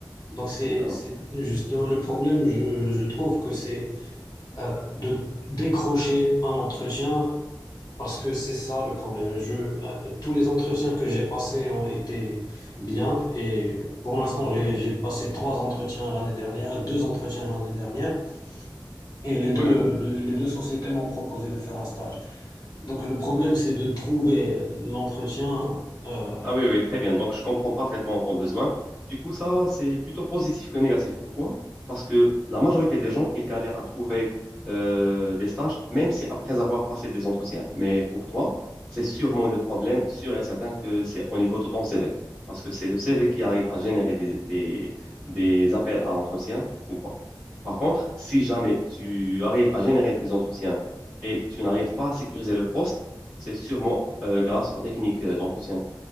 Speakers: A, on the left; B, on the right.
A: Donc c'est,
B: D'accord.
A: c'est justement le problème, je, je trouve que c'est euh, de décrocher un entretien parce que c'est ça le problème. Je, euh, tous les entretiens que j'ai passés ont été bien et pour l'instant j'ai j'ai passé trois entretiens l'année dernière, euh, deux entretiens l'année dernière et les
B: Oui,
A: deux,
B: oui.
A: de- les deux sociétés m'ont proposé de faire un stage. Donc le problème c'est de trouver l'entretien. euh,
B: Ah oui, oui, très bien. Donc, je comprends parfaitement ton besoin. Du coup, ça, c'est plutôt positif que négatif. Pourquoi? Parce que la majorité des gens, ils galèrent à trouver euh, des stages, même si après avoir passé des entretiens. Mais pour toi, c'est sûrement le problème, sûr et certain que c'est au niveau de ton CV. Parce que c'est le CV qui arrive à générer des, des, des appels à entretien ou pas. Par contre, si jamais tu arrives à générer des entretiens et tu n'arrives pas à sécuriser le poste, c'est sûrement euh, grâce aux techniques euh, d'entretien